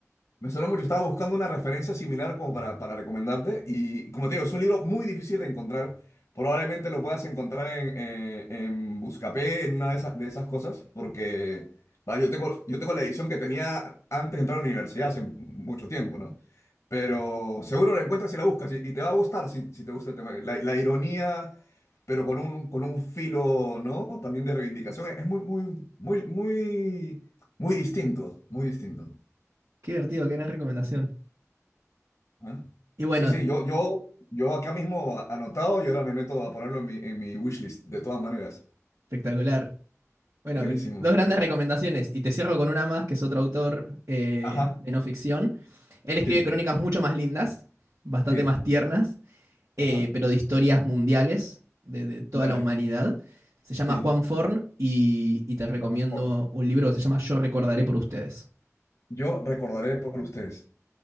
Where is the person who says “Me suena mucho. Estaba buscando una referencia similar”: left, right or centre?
Left